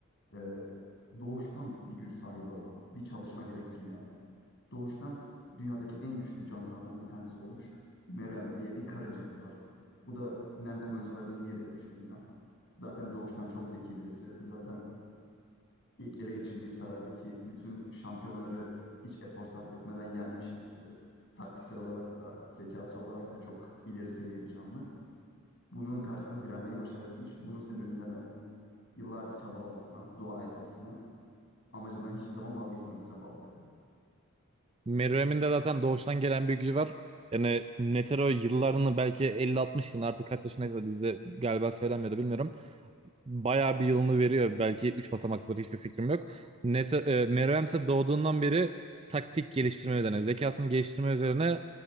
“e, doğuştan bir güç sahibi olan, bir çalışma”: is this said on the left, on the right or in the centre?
Left